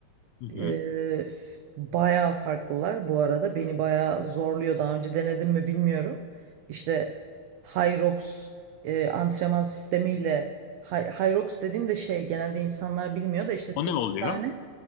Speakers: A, on the left; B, on the right.
A: Hı
B: Ee,
A: hı.
B: f- bayağı farklılar bu arada. Beni bayağı zorluyor. Daha önce denedim mi bilmiyorum. İşte Hyrox e, antrenman sistemiyle Hy- Hyrox dediğim de şey genelde insanlar bilmiyor da işte 8
A: O ne oluyor?
B: tane